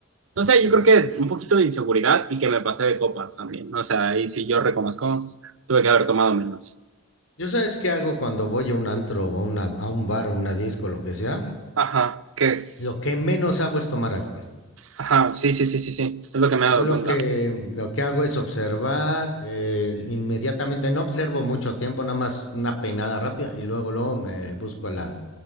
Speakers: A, on the right; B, on the left.
A: no sé, yo creo que un poquito de inseguridad y que me pasé de copas también. O sea, ahí sí yo reconozco, tuve que haber tomado menos.
B: ¿Yo sabes qué hago cuando voy a un antro o a, una- a un bar o una disco, lo que sea?
A: Ajá, que,
B: Lo que menos hago es tomar alcohol.
A: ajá, sí, sí, sí, sí, sí, es lo que me he
B: Yo
A: dado
B: lo
A: cuenta.
B: que, lo que hago es observar, eh, inmediatamente, no observo mucho tiempo, nada más una peinada rápida y luego, luego me busco a, la-